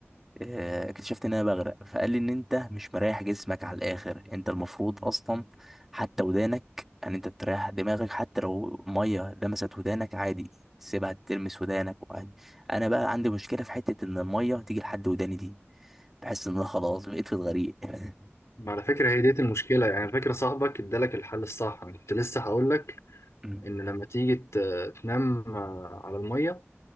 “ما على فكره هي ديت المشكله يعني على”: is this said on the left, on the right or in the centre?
Left